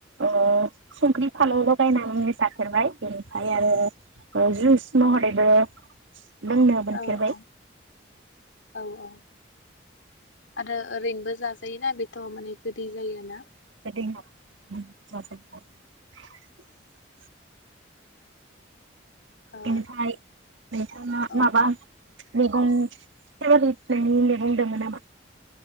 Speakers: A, on the right; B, on the left.
A: ओ संख्रि फानलौ लगायनानै जाफेरबाय बेनिफ्राय आरो जुइस महरैबो लोंनो मोनफेरबाय।
B: औ औ औ औ आरो ओरैनोबो जाजायोना बेथ' माने गोदै जायोना?
A: <unintelligible>
B: ओ
A: बेनिफ्राय नोंथाङा
B: औ
A: माबा मैगं <unintelligible> नोंनि मैगं दङ नामा?